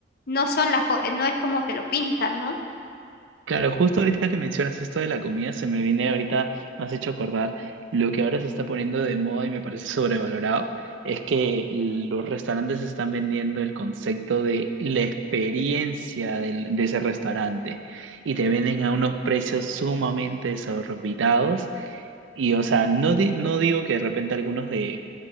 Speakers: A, on the left; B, on the right.
A: no son las, co- no es como te lo pintan, ¿no?
B: claro, justo ahorita que mencionas esto de la comida, se me viene ahorita, me has hecho acordar, lo que ahora se está poniendo de moda y me parece sobrevalorado, es que los restaurantes están vendiendo el concepto de la experiencia del- de ese restaurante y te venden a unos precios sumamente desorbitados Y, o sea, no, di- no digo que de repente algunos de